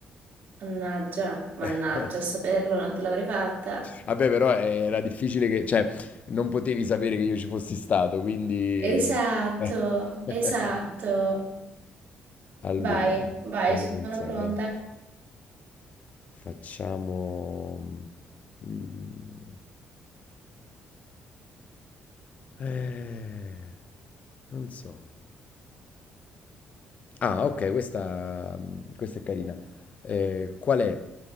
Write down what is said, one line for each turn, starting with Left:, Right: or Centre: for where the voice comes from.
Right: Mannaggia, mannaggia,
Left: <laughs>
Right: a saperlo non te l'avrei fatta.
Left: Vabbè, però eh, era difficile che, cioè, non potevi sapere che io ci fossi stato, quindi...
Right: Esatto,
Left: <laughs>
Right: esatto.
Left: Allora,
Right: Vai, vai,
Left: fammi
Right: sono
Left: pensare.
Right: pronta.
Left: eh. Facciamo... mm, eh, non so. Ah, ok, questa, mm, questa è carina. Eh, qual è